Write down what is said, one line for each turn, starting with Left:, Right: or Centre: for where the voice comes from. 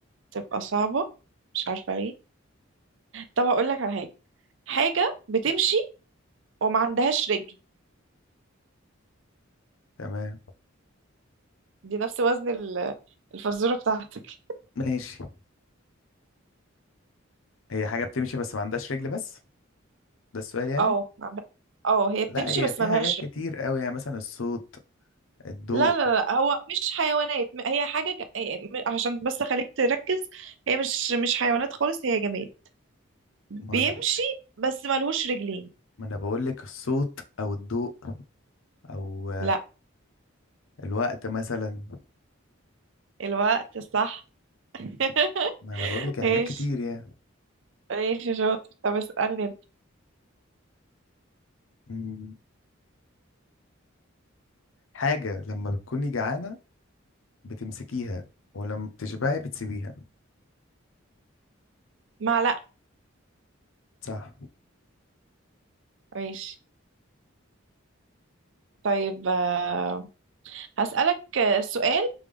Right: تبقى صعبة مش عارفة ليه طب هقول لك على حاجة حاجة بتمشي وما عندهاش رجل
Left: تمام
Right: دي نفس وزن ال- الفزورة بتاعتك
Left: ماشي هي حاجة بتمشي بس ما عندهاش رجل بس ده السؤال يعني
Right: اه ما عندها- اه هي بتمشي
Left: لا هي
Right: بس
Left: في
Right: ملهاش
Left: حاجات كتير قوي يعني مثلا الصوت الضوء
Right: لا لا لا هو مش حيوانات م- هي حاجة ج... إيه، م- عشان بس أخليك تركز هي مش مش حيوانات خالص هي جماد بيمشي
Left: ما انا
Right: بس ملهوش رجلين
Left: ما انا بقول لك الصوت او الضوء او
Right: لا
Left: الوقت مثلا
Right: الوقت صح <laughs>
Left: ما انا بقول لك حاجات
Right: ماشي
Left: كتير يعني
Right: ماشي شاطر طب اسألني انت.
Left: مم. حاجة لما بتكوني جعانة بتمسكيها ولما بتشبعي بتسيبيها
Right: معلقة
Left: صح
Right: ماشي طيب آه، هسألك آه، سؤال